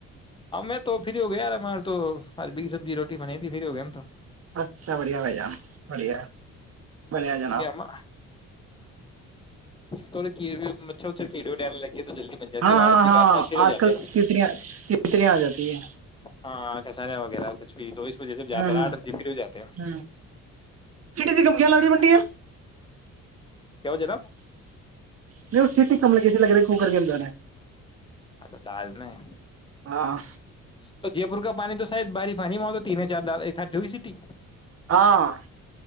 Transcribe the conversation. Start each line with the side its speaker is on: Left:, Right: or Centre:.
Left: اب میں تو فری ہو گیا یار ہمار تو بی سبزی روٹی بنی تھی فری ہو گیا ہم تو <inaudible>
Right: اچھا بڑیا بھائی جان بڑیا بڑھیا جناب
Left: کیونکہ ہم تھوڑ کیڑ ہو مچھر مچھر کیھیڑے ڈٹنے لگے تو جلدی بن جاتی
Right: ہاں
Left: ہے آٹھ
Right: ہاں
Left: بجے
Right: ہاں
Left: کے آس پاس فری ہو
Right: آج
Left: جاتے
Right: کل
Left: ہیں ہم تو۔
Right: کتنی کتنی آ جاتی ہے
Left: ہاں کساریا وغیرہ کچھ بھی تو وجہ سے زیادہ
Right: ہ ہ
Left: آٹھ بجے فری ہو جاتے ہیں
Right: ہ کٹی د گم گ لی منڈیا
Left: کیا ہو جناب
Right: نہیں وہ چتی کم ل کیسے لگ رہ س کر کےم جان ہے
Left: اچھا دال میں
Right: ہاں
Left: تو جے پور کا پانی تو شاید باری پانی میں آتا تیننے چار د خات جوئی سیٹی
Right: ہاں